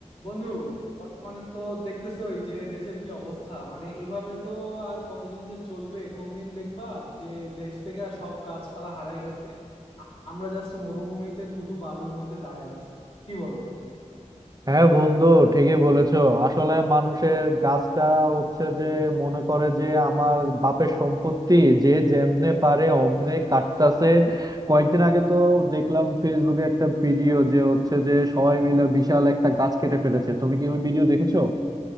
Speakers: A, on the left; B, on the right.
A: বন্ধু বর্তমানে তো দেখতেছোই যে দেশের কি অবস্থা মানে এভাবে তো আর কতদিন যে চলবে কোন দিন দেখবা যে দেশ থেকে আর সব গাছপালা হারাই গেছে আমরা জাস্ট মরুভূমিতে ধুধু বালুর মধ্যে দাঁড়ায় আছি কি বলো
B: হ্যাঁ বন্ধু ঠিকই বলেছো আসলে মানুষের গাছটা হচ্ছে যে মনে করে যে আমার বাপের সম্পত্তি যে যেমনে পারে অমনে কাটতাছে কয়েকদিন আগে তো দেখলাম ফেসবুকে একটা ভিডিও যে হচ্ছে যে সবাই মিলে বিশাল একটা গাছ কেটে ফেলেছে তুমি কি ওই ভিডিও দেখেছো